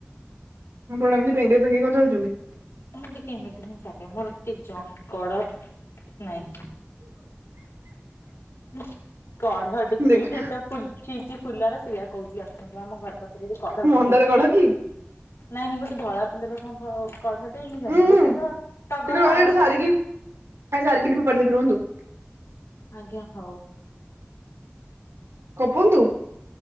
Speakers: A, on the right; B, on the left.
A: ଆପଣ ଏମତି ପେଙ୍ଗେଇ ପେଙ୍ଗେଇ କଣ ଚାଲୁଚନ୍ତି?
B: ମୁଁ ଟିକେ ଏମିତି ହିଁ ଚାଲେ, ମୋର ଟିକେ ଜଙ୍କ୍ କଡ ନାଇଁ ଉଁ କଢ ଟିକେ
A: ଦେଖ
B: ଏଠି ତ ଫୁଲ୍ କିଚି ଫୁଲର ସେଇଆକୁ। କହୁଚି ଆସନ୍ତୁ ଆମ ଘର ପାଖରେ ବି କଢ
A: ମନ୍ଦାର
B: ଫୁଟିତ।
A: କଢ କି
B: ନାଇଁ ନାଇଁ ଗୋଟେ ଧଳା ଫୁଲର କଣ କଢଟେ ମୁଁ ଜାଣିନି,
A: ଉଁ
B: ଗୋଟେ ତ ଟଗର,
A: ଟିକେ ରହିଲେ
B: ଆଉ
A: ଏଇଟା
B: ଗୋଟେ?
A: ସାରିକି ଆ ସାର କିେ ପଦ ବି୍ରହୁ <unintelligible>
B: ଆଜ୍ଞା ହଉ।
A: ଗପନ୍ତୁ।